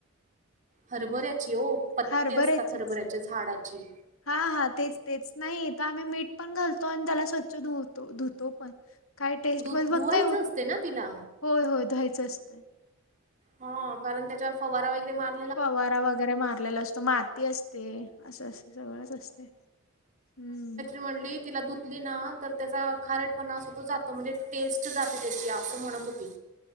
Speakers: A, on the right; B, on the left.
A: हरभऱ्याची ओ पत्ते
B: हरभऱ्याचीच.
A: असतात हरभऱ्याच्या झाडाची.
B: हा हा तेच तेच नाही हित आम्ही मीठ पण घालतो आणि त्याला स्वच्छ धुतो धुतो पण. काय टेस्ट
A: धु
B: म बघताय,
A: धुवायचं असते ना तिला.
B: होय होय धुवायचं असतंय.
A: हा कारण त्याच्यावर फवारा वगैरे मार
B: फवारा वगैरे मारलेला असतो माती अस ते असं असते सगळंच असते हम्म.
A: म्हणाली तिला धू ली ना तर त्याचा खारटपणा असं तो जातो म्हणजे टेस्ट जाते त्याची असं म्हणत होती.